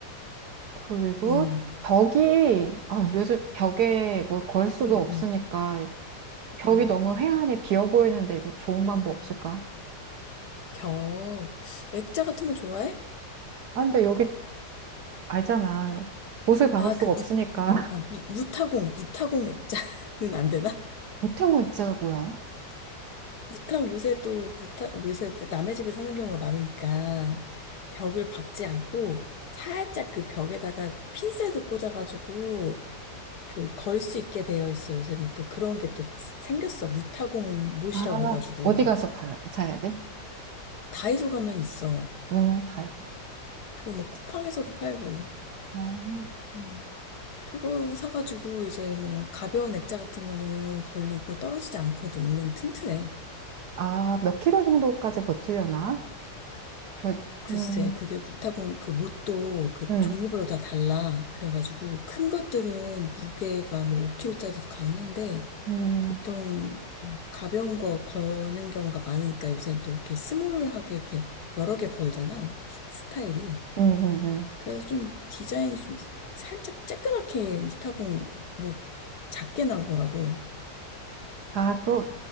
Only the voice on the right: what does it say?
그리고
벽이, 아, 요즘 벽에 뭐 걸 수도
없으니까
벽이
너무 회한이 비어 보이는데 이거 좋은 방법 없을까?
아, 근데 여기 알잖아. 못을 박을
수가
없으니까. <laughs>
보태고 액자가 뭐야?
아,
어디 가서 팔아, 사야 돼?
어, 다이소.
어.
아, 몇 킬로 정도까지 버티려나? 그래,
음,
음,
음,
음, 음, 음.
아, 또,